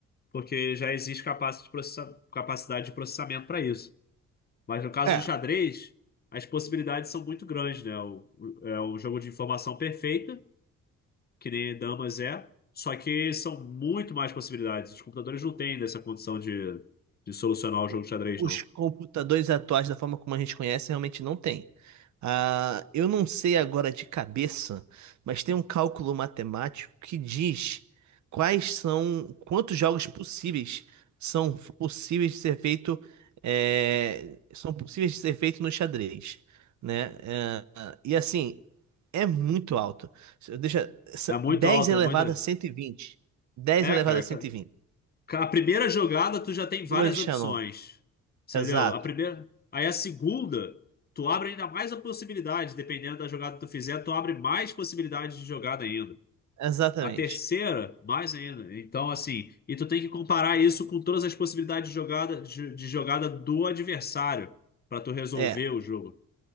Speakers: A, on the left (about 30°); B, on the right (about 70°).
A: porque já existe capaci- de processa- capacidade de processamento para isso. Mas no caso
B: É,
A: de xadrez, as possibilidades são muito grandes, né? O, o- é um jogo de informação perfeita que nem damas é, só que são muito mais possibilidades. Os computadores não têm dessa condição de, de solucionar o jogo
B: o-
A: de xadrez,
B: os
A: não.
B: computadores atuais, da forma como a gente conhece, realmente não tem. Ah, eu não sei agora de cabeça, mas tem um cálculo matemático que diz quais são, quantos jogos possíveis são possíveis de ser feito, é, são possíveis de ser feito no xadrez, né? Ah, e assim, é muito alto. Deixa essa-
A: É muito
B: 10
A: alto,
B: elevado
A: é muito.
B: a 120, 10
A: É,
B: elevado
A: cara,
B: a 120.
A: ca- ca- a primeira jogada tu já tem várias
B: Número de Shannon.
A: opções, entendeu?
B: Exato.
A: A primeira. Aí a segunda, tu abre ainda mais a possibilidade, dependendo da jogada que tu fizer, tu abre mais possibilidades de jogada ainda.
B: Exatamente.
A: A terceira, mais ainda. Então, assim, e tu tem que comparar isso com todas as possibilidades de jogada, de, de jogada do adversário para tu resolver
B: É,
A: o jogo,